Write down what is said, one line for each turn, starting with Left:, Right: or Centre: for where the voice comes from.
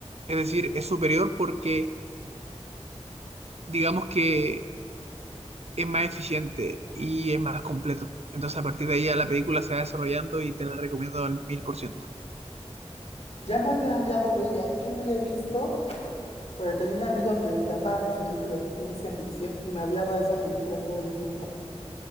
Right: Es decir, es superior porque digamos que es más eficiente y es más completo. Entonces, a partir de ahí, ya la película se va desarrollando y te la recomiendo al mil por ciento.
Left: Ya me había hablado de ella, esa no la he visto, pero tenía un amigo que le encantaban las películas de ciencia ficción y me hablaba de esa película todo el tiempo.